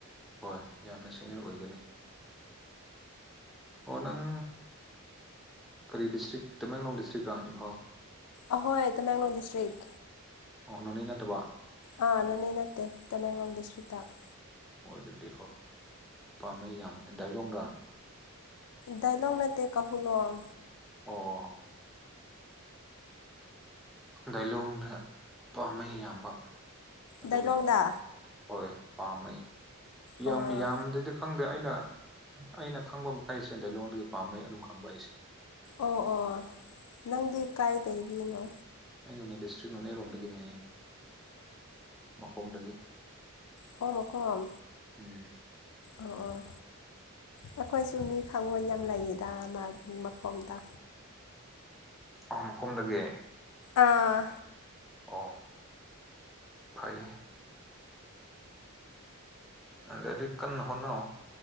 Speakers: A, in the centre; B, on the left (about 80°).
A: ꯍꯣꯏ ꯌꯥꯝꯅ ꯁꯤꯦꯅꯤꯌꯔ ꯑꯣꯏꯒꯅꯤ ꯑꯣ ꯅꯪ ꯀꯔꯤ ꯗꯤꯁꯇ꯭ꯔꯤꯛ ꯇꯃꯦꯡꯂꯣꯡ ꯗꯤꯁꯇ꯭ꯔꯤꯛꯇ꯭ꯔꯥ ꯏꯝꯐꯥꯜ
B: ꯑꯍꯣꯏ ꯇꯃꯦꯡꯂꯣꯡ ꯗꯤꯁꯇ꯭ꯔꯤꯛ
A: ꯑꯣꯅꯣꯅꯦ ꯅꯠꯇꯕ
B: ꯑ ꯅꯅꯦ ꯅꯠꯇꯦ ꯇꯃꯦꯡꯂꯣꯡ ꯗꯤꯁꯇ꯭ꯔꯤꯛꯇ ꯇ
A: ꯑꯗꯨꯗꯤ ꯍꯣ ꯄꯥꯝꯃꯦꯩ ꯌꯥꯝꯃ ꯗꯥꯏꯂꯣꯡꯗ
B: ꯗꯥꯥꯏꯂꯣꯡ ꯅꯠꯇ ꯀꯥ ꯍꯂꯣꯡ
A: ꯑꯣ ꯗꯥꯏꯂꯣꯡꯗ ꯄꯥꯝꯕꯩ ꯌꯥꯝꯕ ꯑꯗꯨꯒꯤ
B: ꯗꯥꯏꯂꯣꯡꯗ
A: ꯍꯣꯏꯣꯏ ꯄꯥꯝꯃꯩ ꯌꯥꯝ
B: ꯑꯥ
A: ꯌꯥꯝꯗ꯭ꯔꯗꯤ ꯈꯪꯗꯦ ꯑꯩꯅ ꯑꯩꯅ ꯈꯪꯕ ꯃꯈꯩꯁꯦ ꯗꯗꯥꯏꯂꯣꯡꯗꯒꯤ ꯄꯥꯝꯕꯩ ꯑꯗꯨꯝ ꯈꯪꯕ ꯑꯩꯁꯦ
B: ꯑꯣ ꯑꯣ ꯅꯪꯗꯤ ꯀꯥꯏꯗꯒꯤꯗꯒꯤꯅꯣ
A: ꯑꯩꯅꯅꯦ ꯗꯤꯁꯇ꯭ꯔꯤꯛ ꯅꯣꯅꯦꯔꯣꯝꯗꯒꯤꯅꯦ ꯃꯈꯣꯝꯗꯒꯤ
B: ꯀꯃ ꯀꯝ
A: ꯎꯝ
B: ꯑꯣ ꯑꯣ ꯑꯩꯈꯣꯏꯁꯨ ꯃꯤ ꯊꯪꯉꯣꯏ ꯌꯥꯝ ꯂꯩꯌꯦꯗ ꯃꯥꯒꯤ ꯃꯈꯣꯝꯗ
A: ꯑꯍꯨꯝ ꯈꯨꯝꯂꯒꯦ
B: ꯑꯥ
A: ꯑꯣ ꯐꯩ ꯑꯂꯔꯤ ꯀꯟꯅ ꯍꯣꯅꯎ